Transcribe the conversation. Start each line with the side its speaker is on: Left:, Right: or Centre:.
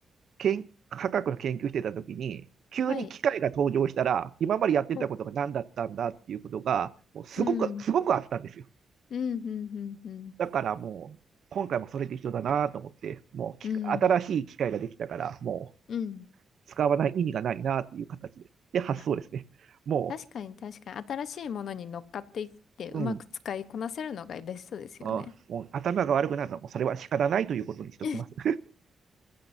Right: けん科学の研究してた時に、急に機械が登場したら、
Left: はい。
Right: 今までやってたことが何だったんだっていうことが、
Left: もう、
Right: もうすごく、
Left: うん。
Right: すごくあったんですよ。
Left: うん、うん、うん、うん。
Right: だからもう、今回もそれで一緒だなと思って、もう新しい機械ができたから、
Left: うん。
Right: もう、
Left: うん。
Right: 使わない意味がないなっていう形で。で、発想ですね。
Left: あ、
Right: も
Left: 確かに確かに。新しいものに乗っかっていって、
Right: う、
Left: うまく使いこなせるのがベストですよね。
Right: うん。あもう頭が悪くなるのはもうそれは仕方ないということにしておきます。
Left: <laughs> <laughs>